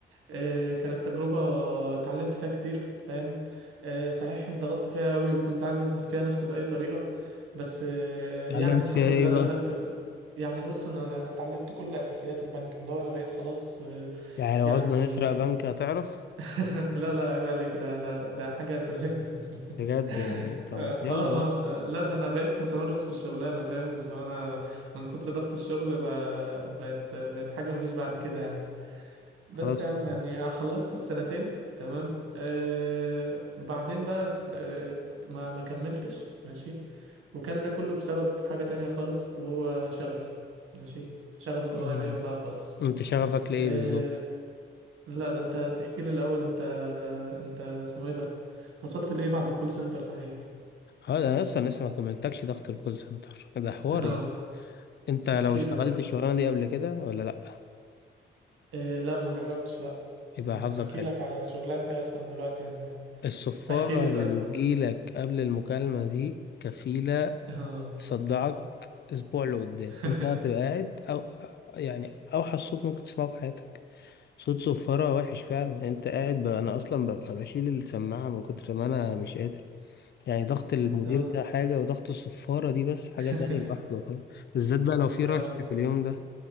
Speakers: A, on the right (about 85°); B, on the left (about 55°).
A: آه، كانت تجربة اتعلمت فيها كتير فاهم آه، صحيح اتضغطت فيها قوي وكنت عايز اثبت فيها نفسي بأي طريقة بس آه،
B: اتعلمت
A: يعني الحمد
B: فيها إيه
A: لله
B: بقى
A: دخلت في يعني بص انا انا اتعلمت كل اساسيات البنك اللي هو انا بقيت خلاص آه،
B: يعني لو
A: يعني
B: عاوزنا نسرق بنك هتعرف
A: <laughs> لا لا عيب عليك ده ده حاجة أساسية <laughs>
B: بجد
A: اه
B: يعني طب يلا
A: اه
B: بقى
A: لا لا ده انا بقيت متمرس في الشغلانة فاهم اللي هو انا من كتر ضغط الشغل ب- بقت بقت حاجة مفيش بعد كده يعني بس
B: خلاص
A: يا عم يعني آه، خلصت السنتين تمام آه بعدين بقى آه ما ما كملتش ماشي وكان ده كله بسبب حاجة تانية خالص وهو شغفي ماشي شغفي اتغير
B: مم.
A: بقى خالص
B: انت شغفك لإيه
A: آه،
B: بالظبط؟
A: لا ده انت تحكي لي الاول انت انت اسمه ايه ده وصلت لايه بعد الكول سنتر صحيح
B: اه ده انا اصلا لسه ما كملتكش ضغط الكول سنتر ده
A: <laughs>
B: حوار
A: اه
B: يعني انت لو
A: احكي
B: اشتغلت
A: لي طيب
B: الشغلانه دي قبل كده ولا لا
A: إيه لا ما جربتش لا
B: يبقى
A: يعني
B: حظك
A: هحكي
B: حلو
A: لك على شغلانتي اصلا دلوقتي يعني
B: الصفاره
A: <laughs> احكي لي طيب
B: اللي بتجيلك قبل المكالمه دي كفيله
A: اه
B: تصدعك اسبوع لقدام
A: <laughs>
B: انت هتبقى قاعد او يعني اوحش صوت ممكن تسمعه في حياتك صوت صفاره وحش فعلا يعني انت قاعد بقى انا اصلا ببقى بشيل السماعه من كتر ما انا مش قادر يعني ضغط المدير
A: اه
B: ده حاجه وضغط الصفاره دي بس حاجه
A: <laughs>
B: تانية لوحده خالص بالذات بقى لو في رش
A: اه
B: في اليوم ده